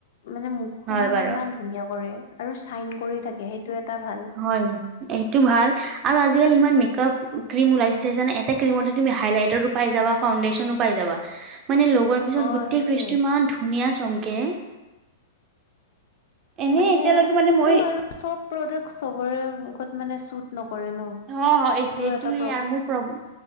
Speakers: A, on the left (about 65°); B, on the right (about 35°).
A: মানে মুখখন
B: হয়
A: মানে
B: বাৰু
A: ইমান ধুনীয়া কৰে আৰু চাইন কৰি থাকে সেইটো এটা ভাল
B: হয় সেইটো ভাল আৰু আজিকালি ইমান মেকআপ ক্ৰীম ওলাইছে যানে এটা ক্ৰীমতে তুমি হাইলাইটাতো পাই যাবা ফাউণ্ডেচনো পাই যাবা মানে লগোৱাৰ পিছত
A: অ
B: গোটেই
A: সেইটোয়ে
B: ফেচ্ টো ইমান ধুনীয়া চমকে এনে
A: মানে
B: এতিয়ালৈকে মানে
A: কিন্তু
B: মই
A: আৰু চব প্ৰডাক চবৰে মূখত মানে চুত নকৰে ন
B: অ হয়
A: সেইটোও
B: সেইটোয়ে
A: এটা
B: আৰু মোৰ প্ৰব্লেম